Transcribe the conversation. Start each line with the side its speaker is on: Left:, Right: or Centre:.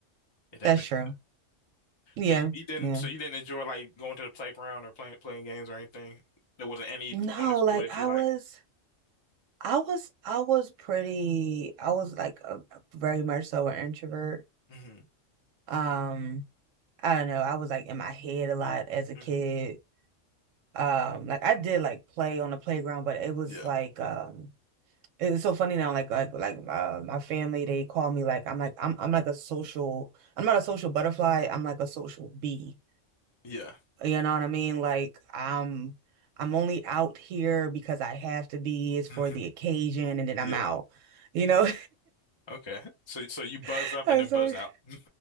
Left: if that
Right: That's
Left: makes
Right: true.
Left: sense.
Right: Yeah.
Left: But you, you didn't,
Right: Yeah.
Left: so you didn't enjoy like going to the playground or playing playing games or anything. There wasn't any
Right: No,
Left: point of school
Right: like
Left: that
Right: I
Left: you liked.
Right: was I was I was pretty I was like a, very much so an introvert.
Left: hmm
Right: Um, I don't know. I was like in my head a lot as a
Left: hmm
Right: kid. Um, like I did like play on the playground, but it was
Left: Yeah.
Right: like um It's so funny now, like like like uh, my family, they call me like I'm like I'm I'm like a social I'm not a social butterfly, I'm like a social bee.
Left: Yeah.
Right: You know what I mean? Like I'm I'm only out here because I have to be, it's
Left: <laughs>
Right: for the occasion, and then
Left: Yeah.
Right: I'm out. You know?
Left: Okay. So so you buzz
Right: <laughs>
Left: up
Right: I'm
Left: and then
Right: sorry.
Left: buzz out. <laughs>